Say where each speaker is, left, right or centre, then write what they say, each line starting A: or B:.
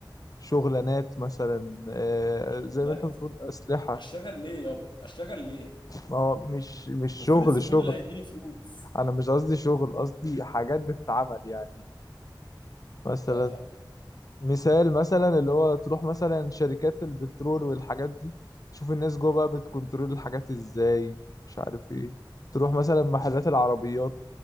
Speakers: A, on the left; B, on the left.
A: شغلانات مثلا آه،
B: شغلانات
A: زي ما انت بتقول اسلحة
B: اشتغل ليه يابا اشتغل ليه
A: ما هو مش مش
B: وفين
A: شغل
B: الزبون
A: شغل
B: اللي هيديني فلوس
A: انا مش قصدي شغل قصدي حاجات بتتعمل يعني مثلا
B: اه فاهم
A: مثال مثلا اللي هو تروح مثلا شركات البترول والحاجات دي تشوف الناس جوه بقى بتكنترول الحاجات ازاي مش عارف ايه تروح مثلا محلات العربيات